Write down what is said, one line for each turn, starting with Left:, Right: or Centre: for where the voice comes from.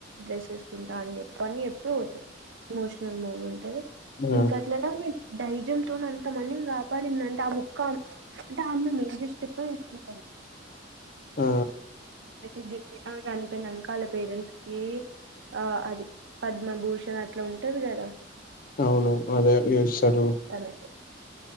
Right: డ్రెస్ వేసుకుంటా అని చెప్ పనీ ఎటూ వతు <unintelligible> ఎమోషనల్ మూమెంట్ అది
Left: ఆ
Right: ఇం కట్ల <inaudible> ధైర్యంతోన్ అంతమందిని కాపాడిందంటే ఆ ఒక్కమ్ అంటే ఆమె మేజర్ స్టెప్ తీసుకుంటది.
Left: ఆ
Right: అయితే ఆమె చనిపోయినంక వాళ్ళ పేరెంట్స్కి ఆ అది పద్మభూషణ్ అట్ల ఉంటది గదా
Left: అవును అదే <inaudible>
Right: తనకి